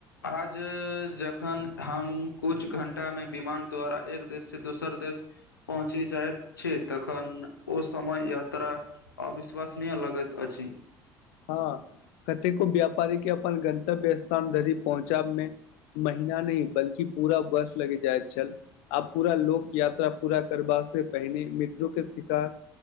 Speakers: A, on the left; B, on the left.
A: आज जखन हम कुछ घंटा मे विमान द्वारा एक देश से दोसर देश पहुँची जाइत छै तखन ओ समय यात्रा अविश्वसनीय लगैत अछि।
B: हँ कतेको व्यापारी के अपन गन्तव्य स्थान धरि पहुँचाबमे महीना नहि बल्कि पूरा वर्ष लगि जायत छल आब पूरा लोक यात्रा पूरा करबा ओसे पहिने मित्रो के शिकार